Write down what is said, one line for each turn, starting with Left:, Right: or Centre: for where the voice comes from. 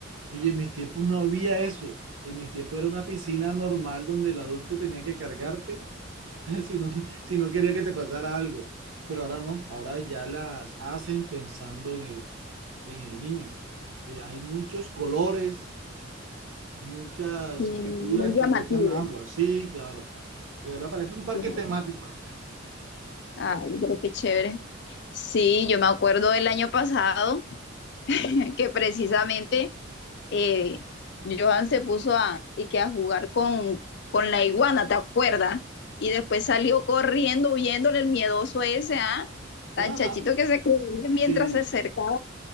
Right: Y en mis tiempos no había eso. En mis tiempos era una piscina normal donde el adulto tenía que cargarte <laughs> si no, si no quería que te pasara algo. Pero ahora no, ahora ya las hacen pensando en el, en el niño. Eh, hay muchos colores, muchas
Left: Sí,
Right: figuras
Left: muy llamativo.
Right: que botan agua. Sí, claro. De verdad parece un parque
Left: Sí.
Right: temático.
Left: Ay, pero qué chévere. Sí, yo me acuerdo del año pasado <laughs> que precisamente eh, Johan se puso a, y que a jugar con, con la iguana, ¿te acuerdas? Y después salió corriendo, viéndole el miedoso ese, ¿ah? Tan
Right: Ajá,
Left: chachito que se corría mientras
Right: sí.
Left: se acercaba.